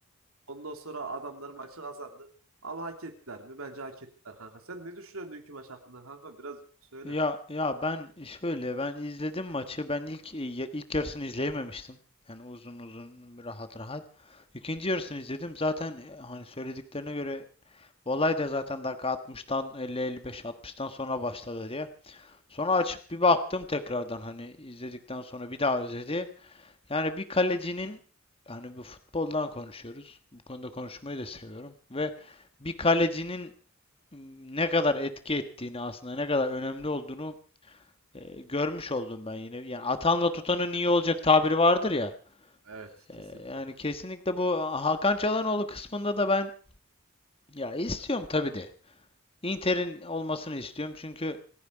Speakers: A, on the right; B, on the left.
A: Ondan sonra adamlar maçı kazandı. Ama hak ettiler mi? Bence hak ettiler kanka. Sen ne düşünüyorsun dünkü maç hakkında kanka? Biraz söyle.
B: Ya ya ben şöyle ben izledim maçı. Ben ilk e, ya- ilk yarısını izleyememiştim. Yani uzun uzun rahat rahat. İkinci yarısını izledim. Zaten e, hani söylediklerine göre olay da zaten dakika 60'tan 50-55 60'tan sonra başladı diye. Sonra açıp bir baktım tekrardan hani izledikten sonra bir daha özeti. Yani bir kalecinin hani bu futboldan konuşuyoruz. Bu konuda konuşmayı da seviyorum ve bir kalecinin m, ne kadar etki ettiğini aslında ne kadar önemli olduğunu e, görmüş oldum ben yine. Yani atanla tutanın iyi olacak tabiri vardır ya.
A: Evet,
B: E,
A: kesinlikle.
B: yani kesinlikle bu Hakan Çalhanoğlu kısmında da ben ya istiyorum tabii de. Inter'in olmasını istiyorum çünkü